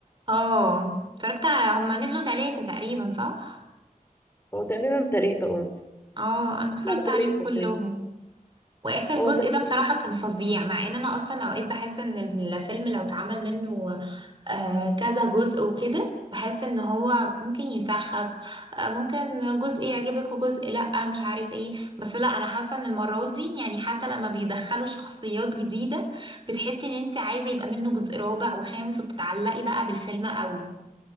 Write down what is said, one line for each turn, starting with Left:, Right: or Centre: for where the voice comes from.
Right: اه اتفرجت على هما نزلوا ثلاثة تقريبا صح
Left: هو تقريبا ثلاثة اه
Right: اه انا اتفرجت
Left: هو ثلاثة
Right: عليهم كلهم
Left: تقريبا
Right: واخر
Left: هو
Right: جزء
Left: تقريبا
Right: ده بصراحة كان فظيع مع ان انا اصلا اوقات بحس ان الفيلم لو اتعمل منه آه كذا جزء وكده بحس ان هو ممكن يسخف آه ممكن جزء يعجبك وجزء لا مش عارف ايه بس لا انا حاسة ان المرة دي يعني حتى لما بيدخلوا شخصيات جديدة بتحسي ان انت عايزة يبقى منه جزء رابع وخامس وبتتعلقي بقى بالفيلم قوي